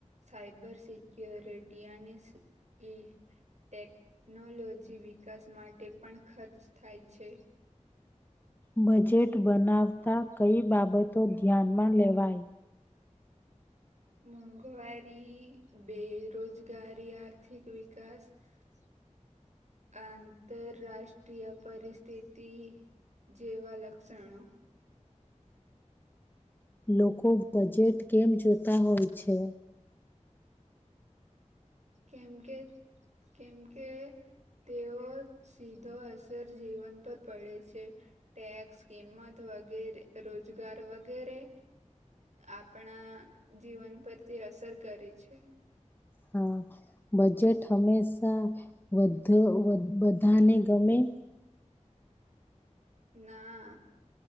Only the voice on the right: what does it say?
સૈબર સેક્યુરટી, અને- - ઇ ટેગ- - ટેકનોલોજી વિકાસ, માટે પણ ખર્ચ થાય છે?
મોંઘવારી બેરોજગારી આર્થિક, વિકાસ- - આંતરરાષ્ટ્રીય, પરિસ્થિત- - જેવા લક્ષણો
કેમ કે કેમ કે તેઓ સીધો અસર જીવન પર પડે છે, ટેક્સ કિંમત વગેરે રોજગાર વગેરે આપણા જીવન પરથી અસર કરે છે.
ના